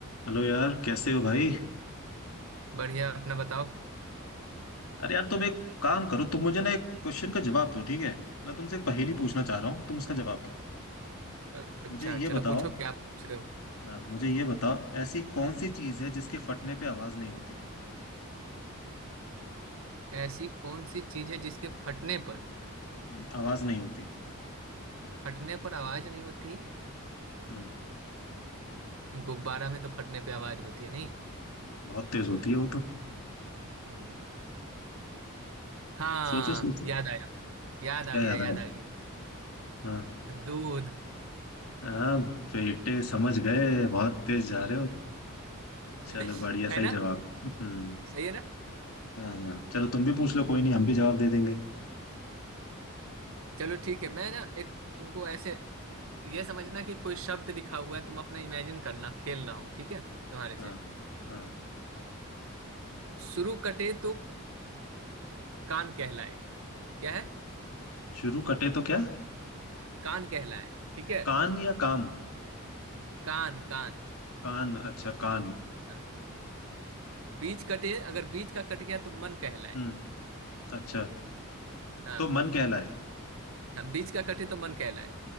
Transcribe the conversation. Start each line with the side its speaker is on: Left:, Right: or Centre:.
Left: Hello यार कैसे हो भाई
Right: बढ़िया अपना बताओ
Left: अरे यार तुम एक काम करो तुम मुझे ना एक क्वेश्चन का जवाब दो ठीक है मैं तुमसे एक पहेली पूछना चाह रहा हूँ तुम उसका जवाब दो
Right: अच्छा
Left: मुझे ये
Right: चलो
Left: बताओ
Right: पूछो क्या पूछ रहे हो
Left: हाँ, मुझे ये बताओ ऐसी कौन सी चीज है जिसके फटने पे आवाज नहीं होती
Right: ऐसी कौन सी चीज है जिसके फटने पर
Left: हम्म, आवाज नहीं होती
Right: फटने पर आवाज नहीं होती
Left: हम्म
Right: गुब्बारा में तो फटने पे आवाज होती है नहीं
Left: बहुत तेज होती है वो तो
Right: हम्म हाँ
Left: सोचो सोचो
Right: याद आया याद आ
Left: क्या
Right: गया
Left: याद
Right: याद
Left: आया
Right: आ गया
Left: हाँ
Right: दूध
Left: हाँ बेटे समझ गए बहुत तेज जा रहे हो
Right: <laughs>
Left: चलो बढ़िया सही
Right: है ना
Left: जवाब हम्म
Right: सही है ना
Left: हाँ हाँ, चलो तुम भी पूछ लो कोई नहीं हम भी जवाब दे देंगे
Right: चलो ठीक है मैं ना एक तुमको ऐसे ये समझना कि कोई शब्द लिखा हुआ है तुम अपना इमेजिन करना खेल रहा हूँ ठीक है तुम्हारे से
Left: हाँ हाँ
Right: शुरू कटे तो कान कहलाए क्या है
Left: शुरू कटे तो क्या
Right: कान कहलाए ठीक है
Left: कान या काम
Right: कान कान
Left: कान अच्छा कान
Right: हाँ बीज कटे अगर बीज का कट गया तो मन कहलाए
Left: हम्म अच्छा
Right: हाँ
Left: तो मन कहलाए
Right: हाँ, बीज का कटे तो मन कहलाए